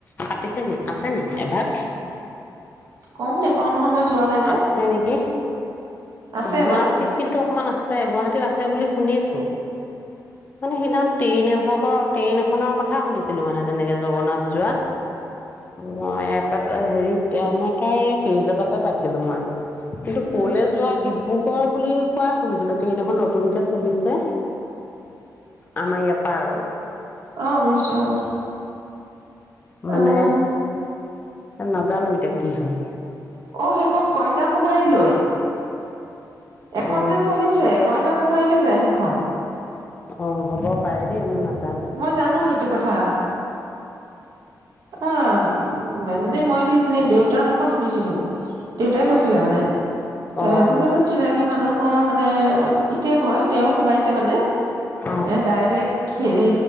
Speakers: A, on the left; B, on the right.
A: পাতিছে নি আছে কি এভাগ
B: গম নোপাওঁ নহয় মই যোৱা নাই যে
A: আছে নেকি
B: আছে
A: গুৱাহাটীত
B: ন
A: কিন্তু অকমান আছে গুৱাহাটীত আছে বুলি শুনিছো মানে সেইদিনা ট্ৰেইন এভাগৰ ট্ৰেইন এখনৰ কথা শুনিছিলো মানে তেনেকে জগন্নাথ যোৱা মই এ হেৰিত আমাৰ তাৰ এই পেজ এটা এ পাইছিলোঁ মই কিন্তু কলে
B: উম
A: যোৱা ডিব্ৰু কৰ বুলি কোৱা শুনিছিলো ট্ৰেইন এখন নতুনকে চলিছে আমাৰ ইয়াৰ পৰা আৰু
B: অঁ বুজছো অঁ
A: মানে
B: আহ
A: নাজানো এতিয়া কি হল
B: অ সেইখন কন্যা কুমাৰীলৈ এখন
A: অ
B: যে চলিছে কন্যা কুমাৰীলৈ যায় সেইখন
A: অ হ'ব পাৰে দেই মই নাজানো
B: মই জানো সেইটো কথা অ উ মানে মই এদিন দেউতাৰ মুখত শুনিছিলো দেউতাই কৈছিলে মানে
A: অ
B: ওম কোনো এজন চিনাকি মানুহ ৰ মানে পিতেক হয় তেওঁ সোমাইছে মানে
A: অ
B: এ ডাইৰেক্ট হেৰি